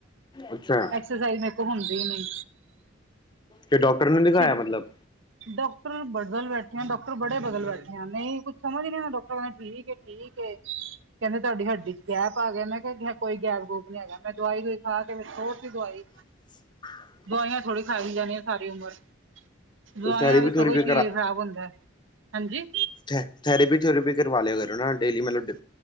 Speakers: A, on the left; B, on the right.
A: ਅੱਛਾ
B: ਐਕਸਰਸਾਈਜ਼ ਮੇਰੇ ਤੋਂ ਹੁੰਦੀ ਨੀ।
A: ਤੇ ਡਾਕਟਰ ਨੇ ਦਿਖਾਇਆ
B: ਸ਼ੁਰੂ
A: ਮਤਲਬ।
B: ਡਾਕਟਰ ਬਦਲ ਬੈਠੇ ਆ, ਡਾਕਟਰ ਬੜੇ ਬਦਲ ਬੈਠੇ ਆ, ਨਹੀਂ ਕੁੱਝ ਸਮਝ ਨੀ ਆਇਆ ਡਾਕਟਰਾਂ ਨੇ ਕਿ। ਠੀਕ ਏ। ਕਹਿੰਦੇ ਤੁਹਾਡੀ ਹੱਡੀ ਚ ਗੈਪ ਆ ਗਿਆ, ਮੈਂ ਕਿਹਾ ਕੋਈ ਗੈਪ ਗੂਪ ਨੀ ਹੈਗਾ, ਮੈਂ ਦਵਾਈ ਦਵਾਈ ਖਾ ਕੇ ਛੋੜ ਤੀ ਦਵਾਈ।
A: <inaudible>
B: ਦਵਾਈਆਂ ਥੋੜੀ ਖਾਈ ਜਾਣੀਆਂ ਸਾਰੀ ਉਮਰ। ਦਵਾਈਆਂ
A: ਥੈਰੇਪੀ
B: ਦਾ ਸਗੋਂ
A: ਥੂਰੇਪੀ
B: ਸਰੀਰ ਖ਼ਰਾਬ ਹੁੰਦਾ ਹੈ, ਹਾਂਜੀ।
A: ਥ ਥੈਰੇਪੀ, ਥਰੇਪੀ ਕਰਵਾ ਲਿਆ ਕਰੋ ਨਾ ਡੇਲੀ ਮਤਲਬ।